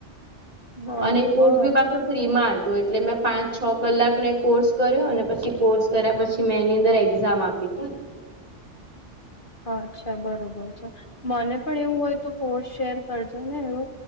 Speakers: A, on the left; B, on the right.
A: બરોબર
B: અને કોર્સ પા. ફ્રી માં હતું એટલે મેં પાંચ છ, કલાક ને કોર્સ કર્યો અને પછી કોર્સ કર્યા પછી. પછી મેં એની અંદર એક્ઝામ આપી હતી.
A: અચ્છા બરોબર છે, મને પણ એવું હોય તો પોસ્ટ શેર કરજે ને એવો